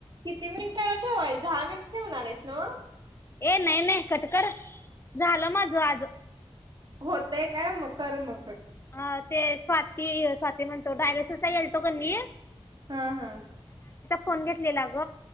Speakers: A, on the right (about 50°); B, on the left (about 25°).
A: किती मिनिट ठेवाय दहा मिनिट ठेवणार आहेस न्हव.
B: ए नाही नाही कटकर. झालं माझं आज.
A: होतय काय म कर मग पट
B: आ ते स्वाती स्वाती म्हणतो डायलेसिसला गेलतो कनी,
A: ह हा
B: फोन घेतलेला ग.